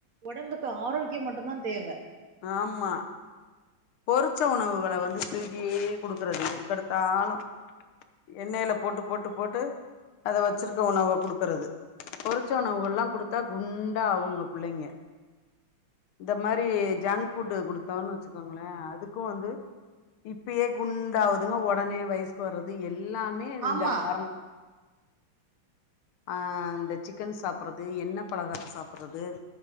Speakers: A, on the right; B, on the left.
A: ஒடம்புக்கு ஆரோக்கிய மட்டுந்தா தேவ
B: ஆமா பொறிச்ச உணவுகள வந்து ஸ்வீக்கி குடுக்குறது எதுக்கெடுத்தாலு எண்ணெயில போட்டு போட்டு போட்டு அத வச்சிருக்க
A: ம்
B: உணவ குடுக்குறது பொறிச்ச உணவுகல்லா குடுத்தா குண்டா ஆகுங்க புள்ளைங்க இந்த மாரி ஜங்க் ஃபுட் குடுத்தோம்ன்னு வச்சு ங்களே அதுக்கு வந்து இப்பயே குண்டாவதுங்க உடனே வயசுக்கு வர்றது எல்லாமே இந்த
A: ஆமா
B: காரண ஆஹ் இந்த சிக்கன் சாப்ட்றது எண்ணெ பழகார சாப்ட்றது